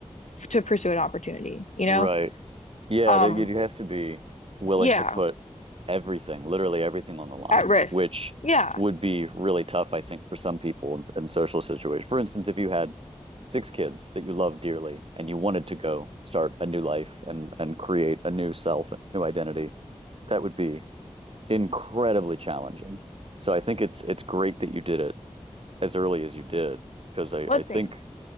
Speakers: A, on the left; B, on the right.
A: to pursue an opportunity, you
B: Right.
A: know?
B: Yeah,
A: Um,
B: there you'd have to be willing
A: yeah,
B: to put everything, literally everything on the line,
A: At risk.
B: which
A: Yeah.
B: would be really tough, I think, for some people in, in social situations. For instance, if you had six kids that you love dearly and you wanted to go start a new life and and create a new self, a new identity, that would be incredibly challenging. So I think it's it's great that you did it as early as you did because I,
A: What
B: I think
A: things?